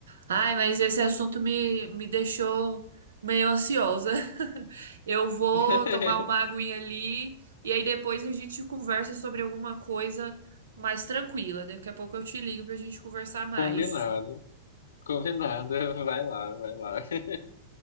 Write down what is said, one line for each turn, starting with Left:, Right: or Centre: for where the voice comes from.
Right: Ai, mas esse assunto me, me deixou meio ansiosa. <laughs> Eu vou
Left: <laughs>
Right: tomar uma aguinha ali e aí depois a gente conversa sobre alguma coisa mais tranquila. Daqui a pouco eu te ligo pra gente conversar mais.
Left: Combinado, combinado. Vai lá, vai lá. <laughs>